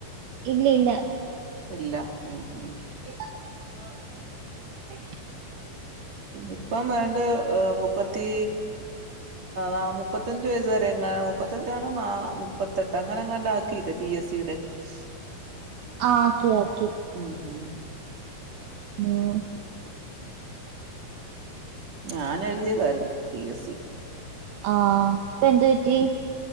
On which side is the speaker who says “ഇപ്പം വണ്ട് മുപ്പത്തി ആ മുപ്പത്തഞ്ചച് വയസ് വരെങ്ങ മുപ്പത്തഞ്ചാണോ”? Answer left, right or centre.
Right